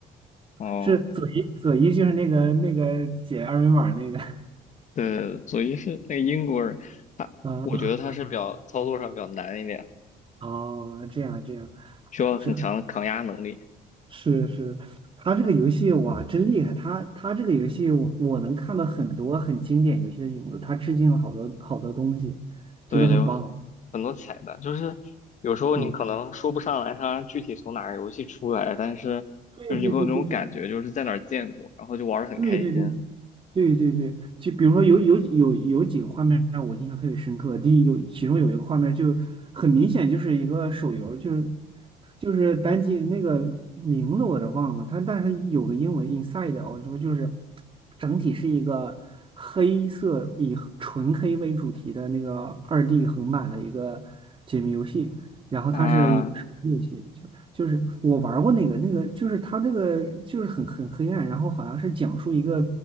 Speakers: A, on the left (about 45°); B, on the right (about 30°).
A: 哦。
B: 是佐伊佐伊就是那个那个解二维码那个
A: 对，佐伊是那个英国人，他我觉得他是比较操作上比较难一点，
B: 啊 <laughs> 哦，这样这样。
A: 需要很强的抗压能力。
B: 是。是是，他这个游戏哇，真厉害！他他这个游戏我，我能看到很多很经典游戏的影子，他致敬了好多好多东西，
A: 对的，
B: 真的很棒。
A: 有很多彩蛋，就是有时候你可能说不上来他具体从哪个游戏出来，
B: 嗯，
A: 但是就是你会有那种感觉，
B: 对对对对对，
A: 就是在哪儿见过，然后就玩的很开心
B: 对对对对对对，就比如说有有有有几个画面让我印象特别深刻。第一有其中有一个画面就很明显就是一个手游，就是就是单机那个名字我都忘了，它但是它有个英文 Inside，我说就是整体是一个黑色以纯黑为主题的那个二 D 横版的一个解谜游戏，然后它是一个手机游戏，
A: 啊，
B: 就是我玩儿过那个，那个就是它那个就是很很黑暗，然后好像是讲述一个，